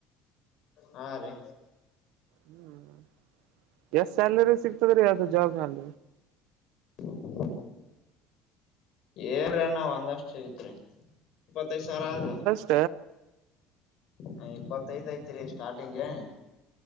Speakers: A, on the left; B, on the right.
A: ಹಾ ರೀ
B: ಹ್ಮ್ ಎಷ್ಟ್ ಸ್ಯಾಲರಿ ಸಿಗ್ತದ್ರೀ ಯಾವ್ದ ಜಾಬ್ನಲ್
A: <inaudible> ಏ್ರ ಅ ನ ಒಂದಷ್ಟು ಸಿಗತ್ರಿ ಇಪ್ಪತ್ತೈದ್ ಸಾವಿರ ಆದ್ರಿ
B: ಹ
A: ಹ ಇಪ್ಪತ್ತೈದ ಐತಿರಿ ಸ್ಟಾರ್ಟಿಂಗ್ಗೆ